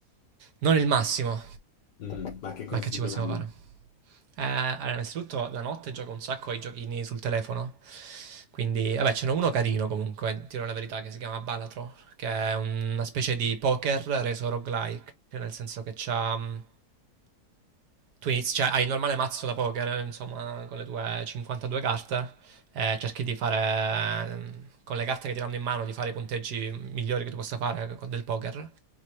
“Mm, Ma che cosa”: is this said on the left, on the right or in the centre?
Left